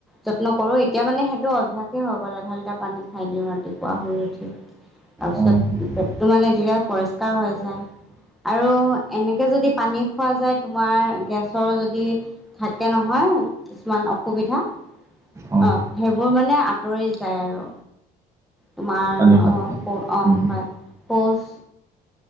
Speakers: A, in the centre; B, on the right (about 15°).
A: যত্ন কৰো এতিয়া মানে সেইটো অভ্যাসেই হৈ গ'ল আধা লিটাৰ পানী খাই দিওঁ ৰাতিপুৱা শুই উঠি। তাৰপিছত
B: অঁ উম, উম,
A: পেটটো মানে যৰা পৰিষ্কাৰ হৈ যায়। আৰু এনেকে যদি পানী খোৱা যায় তোমাৰ গেছৰ যদি থাকে নহয় কিছুমান অসুবিধা অ
B: অঁ
A: সেইবোৰ মানে আঁতৰি যায় আৰু তোমাৰ
B: পানী খালে
A: অ স
B: ন
A: অ
B: উম,
A: হয় পৌচ